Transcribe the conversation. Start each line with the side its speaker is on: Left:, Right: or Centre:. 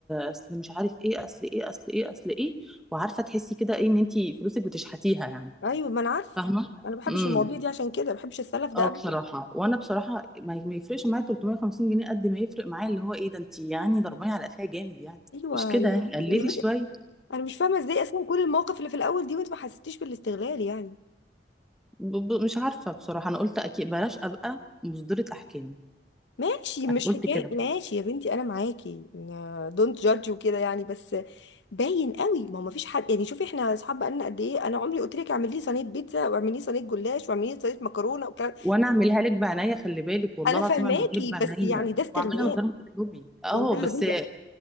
Centre: اصل مش عارف ايه اصل ايه اصل ايه اصل ايه وعارفه تحسي كده ايه ان انت فلوسك بتشحتيها يعني
Left: ايوه ما انا عارف
Centre: فاهمه
Left: انا ما بحبش
Centre: امم
Left: المواضيع دي عشان كده ما بحبش السلف ده
Centre: اه
Left: ابدا
Centre: بصراحه وانا بصراحه ما ما يفرقش معايا 350 جنيه قد ما يفرق معايا اللي هو ايه ده انت يعني ضرباني على قفايا جامد يعني
Left: ايوه
Centre: مش كده
Left: يا
Centre: يعني،
Left: بنتي
Centre: قللي
Left: انت بنتي
Centre: شويه
Left: انا مش فاهمه ازاي اصلا كل المواقف اللي في الاول دي وانت ما حسيتيش بالاستغلال يعني
Centre: ب... ب... مش عارفة بصراحة أنا قلت أكيد بلاش أبقى مصدرة أحكام
Left: ماشي مش
Centre: أنا قلت
Left: حكايه
Centre: كده
Left: ماشي يا بنتي انا معاكي دونت جادج وكده يعني بس باين قوي ما هو ما فيش حد يعني شوفي احنا اصحاب بقالنا قد ايه انا عمري قلت لك اعملي لي صينيه بيتزا واعملي لي صينيه جلاش واعملي لي صينيه مكرونه والكلام
Centre: وأنا أعملها لك بعناية خلي بالك والله
Left: انا
Centre: العظيم
Left: فاهماكي
Centre: أعملها لك بعناية
Left: بس يعني ده استغلال
Centre: وأعملها من غير ما تطلبي أه
Left: والله
Centre: بس
Left: يا بنتي